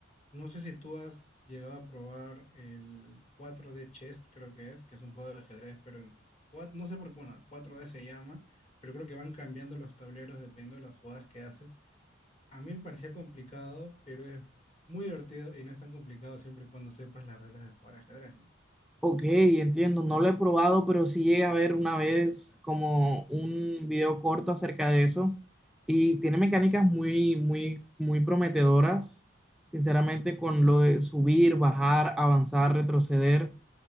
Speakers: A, on the left; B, in the centre.
A: No sé si tú has llegado a probar el cuatro d Chess, creo que es, que es un juego de ajedrez, pero en cuatro no sé por qué, bueno, cuatro d se llama, pero creo que van cambiando los tableros dependiendo de las jugadas que haces. A mí me parecía complicado, pero es muy divertido y no es tan complicado siempre y cuando sepas las reglas de jugar ajedrez, ¿no?
B: Ok, entiendo, no lo he probado, pero sí llegué a ver una vez como un video corto acerca de eso y tiene mecánicas muy, muy, muy prometedoras, sinceramente, con lo de subir, bajar, avanzar, retroceder